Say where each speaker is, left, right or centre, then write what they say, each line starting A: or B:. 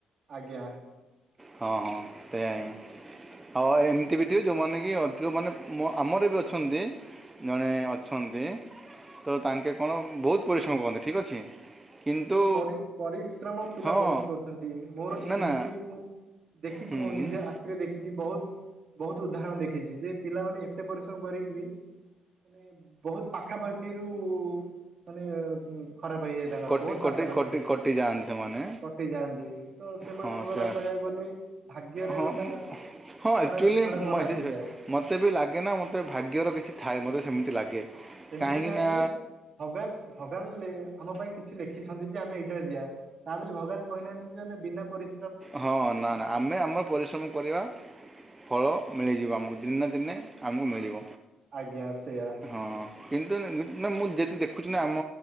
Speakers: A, on the right; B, on the right.
A: ଆଜ୍ଞା।
B: ହଁ ହଁ ସେୟା ହିଁ। ଆଉ ଏମିତି ବି ଥିବେ ଯୋଉମାନେ କି ଅଧିକ ମାନେ ମ ଆମର ବି ଅଛନ୍ତି ଜଣେ ଅଛନ୍ତି ତ ତାଙ୍କେ କଣ ବହୁତ ପରିଶ୍ରମ କରନ୍ତି ଠିକ୍ ଅଛି। କିନ୍ତୁ
A: ପରି ପରିଶ୍ରମ ପିଲା
B: ହଁ
A: ବହୁତ କରୁଛନ୍ତି ମୋର
B: ନା
A: ଏମିତିରେ
B: ନା
A: ବି ମୁଁ ଦେଖିଛି
B: ହୁଁ
A: ମୋ ନିଜେ ଆଖି ରେ ଦେଖିଛି ବହୁତ ବହୁତ ଉଦାହରଣ ଦେଖିଛି ଯେ ପିଲାମାନେ ଏତେ ପରିଶ୍ରମ କରିକି ବି ମାନେ ବହୁତ ପାଖାପାଖିରୁ ମାନେ ଖରାପ ହେଇଯାଏ ତାଙ୍କର।
B: କଟି
A: ବହୁତ
B: କଟି
A: ପାଖା ପାଖିରୁ
B: କଟି କଟି ଯାଆନ୍ତି ସେମାନେ
A: କଟି ଯାଆନ୍ତି ତ ସେମାନଙ୍କର
B: ହଁ ସେୟା
A: କହିବାକୁ ଗଲେ ଭାଗ୍ୟରେ
B: ହଁ
A: ଗୋଟା
B: ହଁ ଆକ୍ଚୁଆଲି
A: ଖରାପ ଖରାପ ସମୟ
B: ମହେ
A: ଆସିଯାଏ
B: ମୋତେ ବି ଲାଗେ ନା ମୋତେ ଭାଗ୍ୟର କିଛି ଥାଏ ମୋତେ ସେମିତି ଲାଗେ।
A: ସେମିତି
B: କାହିଁକି
A: ନାହିଁ
B: ନା
A: ଯେ ଭଗାନ ଭଗବାନ ଆମ ପାଇଁ କିଛି ଲେଖିଛନ୍ତି ଯେ ଆମେ ଏଇଟାରେ ଯିଆ ତା ବୋଲି ଭଗବାନ କହିନାହାନ୍ତି ଯେ ଆମେ ବିନା ପରି
B: ହଁ ନା ନା ଆମେ ଆମର ପରିଶ୍ରମ କରିବା ଫଳ ମିଳିଯିବ ଆମକୁ ଦିନେ ନା ଦିନେ ଆମକୁ ମିଳିବ
A: ଆଜ୍ଞା ସେଇଆ।
B: ହଁ। କିନ୍ତୁ ନା ମୁଁ ଦେଖୁ ଦେଖୁଛି ନା ଆମ